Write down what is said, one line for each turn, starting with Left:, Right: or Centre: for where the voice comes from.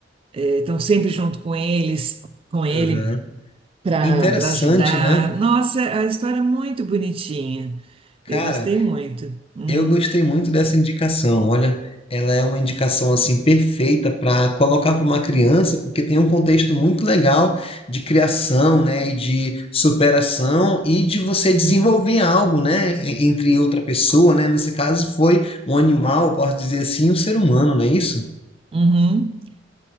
Right: é, estão sempre junto com eles, com ele,
Left: aham.
Right: para
Left: Interessante,
Right: para ajudar.
Left: né?
Right: Nossa, a história é muito bonitinha.
Left: Cara,
Right: Eu gostei muito. Uhum.
Left: Eu gostei muito dessa indicação. Olha, ela é uma indicação assim perfeita para colocar para uma criança, porque tem um contexto muito legal de criação, né, e de superação e de você desenvolver
Right: Uhum,
Left: algo, né, e- entre outra pessoa, né? Nesse caso foi um animal, posso dizer assim, um ser humano, não é isso?
Right: uhum.